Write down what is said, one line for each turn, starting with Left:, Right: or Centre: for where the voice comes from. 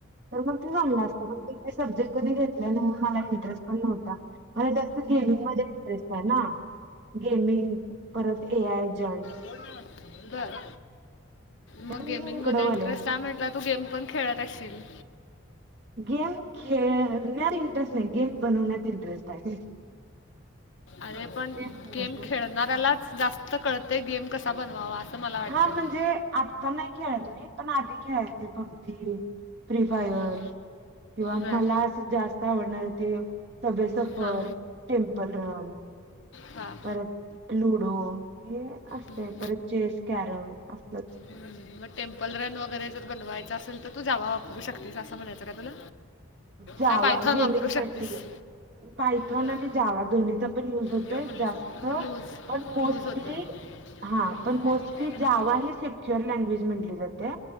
Right: तर मग ते बघणार, <unintelligible> सब्जेक्ट कधी घेतल्या नाही म्हणून मला इंटरेस्ट पण नव्हता. मला जास्त गेमिंग मध्ये इंटरेस्ट आहे ना, गेमिंग परत एआय जंट.
Left: बोल ना. बर मग
Right: तर
Left: गेमिंगमध्ये
Right: मी इकडं वाले
Left: इंटरेस्ट आहे म्हणल्यावर तू गेम शपण खेळत असशील?
Right: गेम खेळण्यात इंटरेस्ट नाही, गेम बनवण्यात इंटरेस्ट आहे.
Left: अरे पण
Right: ते
Left: गेम खेळणाऱ्यालाच जास्त कळतेशंय गेम कसा बनवावा. मला वाटतं
Right: हां म्हणजे आत्ता नाही खेळत मी, पण आधी खेळायचे पबजी फ्री फायर
Left: हम्म,
Right: किंवा
Left: बर
Right: मला असे जास्त आवडणारे ते सबेसफर
Left: हां
Right: टेम्पल रन
Left: हा.
Right: परत लुडो हे असते
Left: हम्म,
Right: परत चेस, कॅरम असलंच.
Left: हम्म. मग टेम्पल रन वगैरे जर बनवायचं असेल तर तू जावा वापरू शकतेस असं म्हणायचं का तुला?
Right: जावा
Left: काय पायथॉन
Right: गेमिंगसाठी
Left: वापरू शकतेस
Right: गे पायथॉन
Left: हा
Right: आणि जावा दोन्हीचा पण युज होतोय
Left: ठेव म्हणली
Right: जास्त
Left: सोबत यूज
Right: पण मोस्टली
Left: यूज होतं ते तेवढं
Right: हा
Left: माहिती
Right: पण
Left: नव्हतं
Right: मोस्टली
Left: मला काय लागलं
Right: जावा हे श शेअर लँग्वेज म्हटली जाते